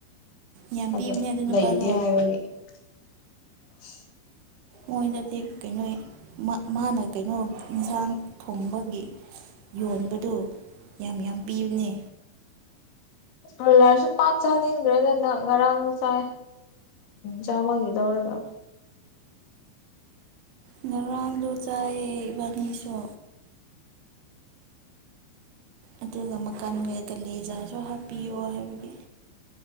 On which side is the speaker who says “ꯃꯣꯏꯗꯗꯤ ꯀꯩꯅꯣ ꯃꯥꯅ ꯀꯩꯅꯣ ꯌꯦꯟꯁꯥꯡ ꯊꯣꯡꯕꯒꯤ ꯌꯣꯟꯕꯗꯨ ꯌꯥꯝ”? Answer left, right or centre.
Right